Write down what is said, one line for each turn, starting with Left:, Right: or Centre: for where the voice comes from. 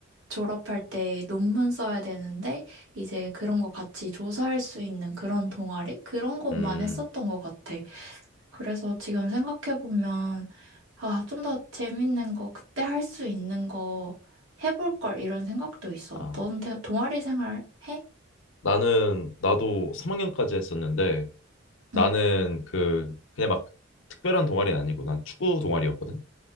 Right: 졸업할 때 논문 써야 되는데, 이제 그런 거 같이 조사할 수 있는 그런 동아리? 그런 것만
Left: 음,
Right: 했었던 것 같아. 그래서 지금 생각해보면, 아, 좀 더 재밌는 거, 그때 할 수 있는 거 해볼 걸, 이런 생각도 있어.
Left: 아.
Right: 넌 대- 동아리 생활 해?
Left: 나는 나도 3학년까지 했었는데 나는
Right: 응,
Left: 그 그냥 막 특별한 동아리는 아니고 난 축구 동아리였거든.